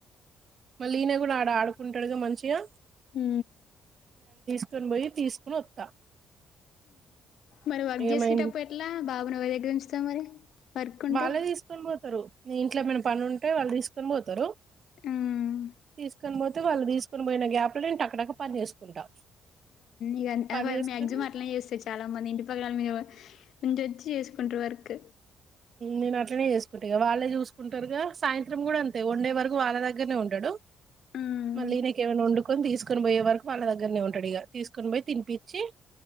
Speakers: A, on the right; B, on the left.
A: మళ్ళీ ఈయన కూడా ఆడ ఆడుకుంటాడుగా మంచిగా
B: ఉ
A: నేను పోయి తీసుకుని వత్తా
B: మరి వర్క్
A: ఇగ
B: చేసుకేటప్పుడు
A: మా ఇన్
B: ఎట్లా బాబు నీ ఎవరి దగ్గర ఉంచు చ్చా మరి వర్క్ ఉంటే
A: వాళ్ళే తీసుకొని పోతారు ఇంట్లో మన పని ఉంటే వాళ్ళు తీసుకొని పోతారు
B: హ్మ్
A: తీసుకొని పోతే వాళ్ళు తీసుకు కొని పోయిన గ్యాప్లు టక టక పని చేసుకుంటా
B: ఇ అ
A: పని చేసుకుని
B: మ్యాక్సిమం అట్లానే చేస్తాారు చాలా మంది ఇంటి మళ్ళ దాని మీద ఇంటోచ్చి చేసుకుంటా వర్క్
A: నేను అట్లనే చేసుకుంటా వాళ్ళే చూసుకుంటారుగా సాయంత్రం కూడా అంతే వన్ండే వరకు వాళ్ళ దగ్గరనే ఉంటాడు
B: హ్మ్
A: మళ్ళ ఈయనికి వండు కుని తీసుకొని పోయే వరకు వాళ్ళ దగ్గరనే ఉంటాడు ఇక తీసుకొని పోయి తినిించి